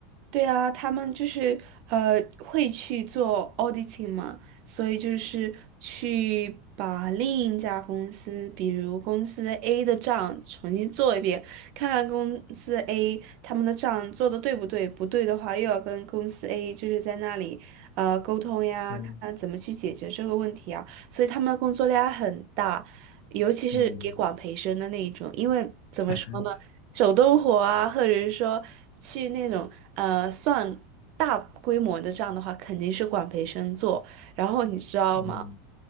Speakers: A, on the right; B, on the left.
A: 对啊，他们就是呃会去做 auditing 嘛，所以就是去把另一家公司，比如公司 A 的账重新做一遍，看看公司 A 他们的账做的对不对，不对的话又要跟公司 A 就是在那里呃沟通呀，
B: 嗯。
A: 看看怎么去解决这个问题啊，所以他们的工作量很大，尤其是给管培生的那一种，
B: 嗯
A: 因为怎么说呢？
B: 嗯
A: 手动活啊，或者是说去那种呃算大规模的这样的话，肯定是管培生做。然后你知道吗？
B: 嗯